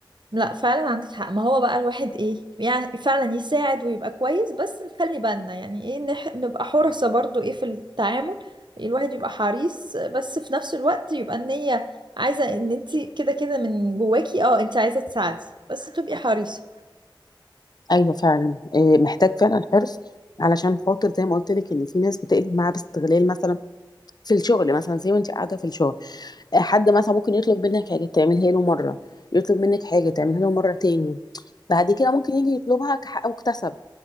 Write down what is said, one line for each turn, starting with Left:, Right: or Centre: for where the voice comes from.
Right: لا فعلا عندك حق ما هو بقى الواحد ايه يعني فعلا يساعد ويبقى كويس بس نخلي بالنا يعني ايه نح... نبقى حرصة برضو ايه في التعامل الواحد يبقى حريص بس في نفس الوقت يبقى النية عايزة ان انت كده كده من جواكي اه انت عايزة تساعدي بس تبقي حريصة
Left: ايوه فعلا إيه محتاج فعلا حرص علشان خاطر زي ما قلت لك ان في ناس بتقلب معاها باستغلال مثلا في الشغل مثلا زي ما انت قاعده في الشغل حد مثلا ممكن يطلب منك حاجة تعملها له مرة يطلب منك حاجة تعملها له مرة تاني بعد كده ممكن يجي يطلبها كحق مكتسب